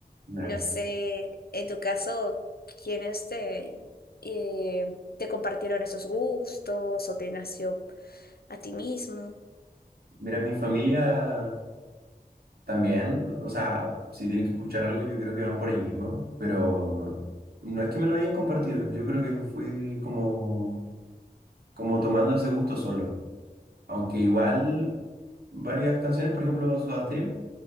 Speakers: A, on the right (about 75°); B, on the left (about 70°).
A: Mira,
B: No
A: claro.
B: sé, en tu caso, ¿quiénes te, eh, te compartieron esos gustos o te nació a ti mismo?
A: Mira, mi familia también, o sea, si tienen que escuchar algo, yo creo que van por ahí mismo, pero no es que me lo hayan compartido, yo creo que fui como, como tomando ese gusto solo. Aunque igual varias canciones, por ejemplo, Soda Stereo,